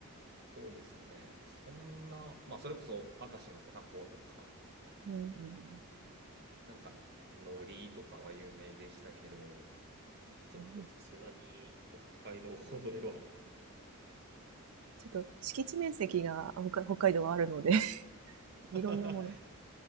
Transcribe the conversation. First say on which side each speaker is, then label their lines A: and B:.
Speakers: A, on the right; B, on the right.
A: そうですね。そんな、まあ、それこそ明石のタコとか、
B: うんうんうん。
A: なんか、海苔とかは有名でしたけど、ちょっとさすがに北海道ほどでは
B: あー、いいちょっと敷地面積があ北海北海道はあるので <laughs> いろんなもの
A: <laughs>